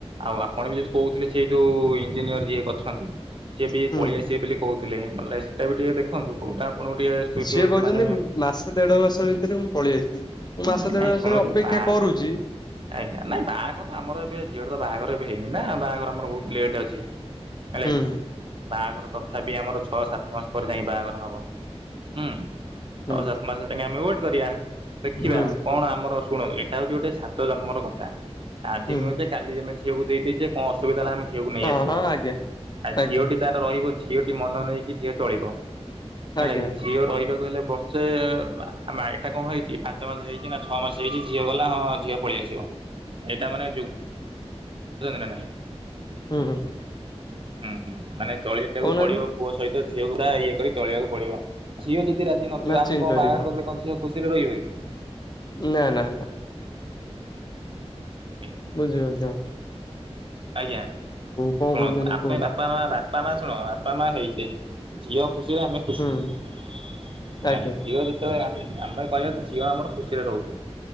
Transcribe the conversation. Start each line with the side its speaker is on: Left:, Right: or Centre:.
Right: ଆଉ ଆପଣ ବି ଯଦି କହୁଥିଲେ ସେ ଯୋଉ ଇଞ୍ଜିନିୟର ଯିଏ ଅଛନ୍ତି ସିଏ ବି
Left: ହୁଁ
Right: ପଳେଇଆସିବେ
Left: ହୁଁ।
Right: ବେଲି କହୁଥିଲେ ନହେଲେ ସେଇଟା ବି ଟିକେ ଦେଖନ୍ତୁ କେଉଟା ଆପଣଙ୍କୁ ଟିକେ ସୁ୍ଇଟେବୁଲ୍
Left: ସିଏ କହୁଛନ୍ତି
Right: ମାନେ
Left: ମାସେ ଦେଢ ମାସେ ଭିତରେ ମୁଁ ପଳେଇ ଆସିବି ମୁଁ
Right: ହୁଁ
Left: ମାସ ଦେଢ
Right: ନାଇଁ
Left: ମାସେ
Right: ଶୁଣନ୍ତୁ
Left: ଅପେକ୍ଷା
Right: ବାହାଘର
Left: କରୁଛି
Right: ଆଜ୍ଞା ନାଇଁ ବାହାଘର ତ ଆମର ଏବେ ଝିଅର ତ ବାହାଘର ଏବେ ହେଇନି ନା ବାହାଘର ଆମର ବହୁତ ଲେଟ୍ ଅଛି। ହେଲା
Left: ହୁଁ
Right: କି ବାହାଘର ତଥାପି ଆମର ଛଅ ସାତ ମାସ ପରେ ଯାଇ ବାହାଘର ହବ। ହୁଁ ଛଅ
Left: ହୁଁ
Right: ସାତ ମାସେ ଆମେ ୱେଟ୍ କରିବାଆ। ଦେଖିବା
Left: ହୁଁ
Right: କଣ ଆମର ଶୁଣନ୍ତୁ ଏଇଟା ହଉଛି ଗୋଟେ ସାତ ଜନ୍ମର କଥା ଆଜି
Left: ହୁଁ ହୁଁ
Right: ନୁହେଁ ଯେ କାଲି ଆମେ ଝିଅକୁ ଦେଇଦେଇଛେ କଣ ଅସୁବିଧା ହେଲା ଆମେ ଝିଅକୁ ନେଇ
Left: ହଁ
Right: ଆସିବା
Left: ହଁ ଆଜ୍ଞା
Right: ଆ
Left: ଆଜ୍ଞା
Right: ଝିଅଟି ତାର ରହିବ ଝିଅଟି ମନ ନେଇକି ଝିଅ ଚଳିବ ହେଲା
Left: ଆଜ୍ଞା
Right: କିି
Left: ଆଜ୍ଞା
Right: ଝିଅ ରହିବାକୁ ହେଲେ ବର୍ଷ ସେ ଆମ ଏଟା କଣ ହେଇଛି ପା ପାଞ୍ଚ ମାସ ହେଇଛି ନା ଛଅ ମାସ ହେଇଛି ଝିଅ ଗଲା ହଁ ଝିଅ ପଳେଇଆସିବ ଏଇଟା ମାନେ ଯୁ ନାହିଁ <unintelligible>
Left: ହୁଁ ହୁଁ।
Right: ହୁଁ ମାନେ ଚଳିବାକୁ
Left: କହୁନାହାନ୍ତି
Right: ପଡିବ। ପୁଅ ସହିତ ଝିଅ ଗୁରା ଇଏ କରି ଚଳିବାକୁ ପଡ଼ିବ। ଝିଅ ଯଦି ରାଜି ନଥିବେ
Left: ମ୍ୟାଚିଂ
Right: ଆମେ କଣ
Left: କରିକି
Right: ବାହାଘର
Left: ହଁ।
Right: କଲେ କଣ ଝିଅ ଖୁସିରେ ରହିବା କି?
Left: ନା ନା ନା।
Right: ହୁଁ।
Left: ବୁଝିପାରୁଛ?
Right: ଆଜ୍ଞା
Left: କଣ
Right: ଶୁଣନ୍ତୁ
Left: କହୁଛନ୍ତି
Right: ଆପେ
Left: କୁହନ୍ତୁ
Right: ବାପା ମା ବାପା ମା ଶୁଣ ବାପା ମା ହେଇକି ଝିଅ ଖୁସିରେ ଆମେ ଖୁସି
Left: ହୁଁ
Right: ହେଲା
Left: ଆଜ୍ଞା
Right: କି? ଝିଅ ଯେତେବେଳେ ରାଜି ଆମେ କହିବା ଝିଅ ଆମର ଖୁସିରେ ରହୁ